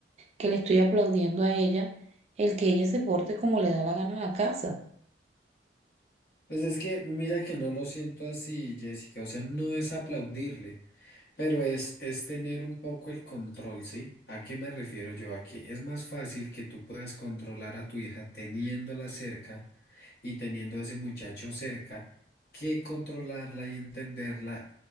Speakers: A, on the right; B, on the left.
A: que le estoy aplaudiendo a ella, el que ella se porte como le da la gana a la casa.
B: Pues es que mira que no lo siento así, Jessica, o sea, no es aplaudirle. Pero es, es tener un poco el control, ¿sí? ¿A qué me refiero yo aquí? Es más fácil que tú puedas controlar a tu hija teniéndola cerca y teniendo a ese muchacho cerca que controlarla y entenderla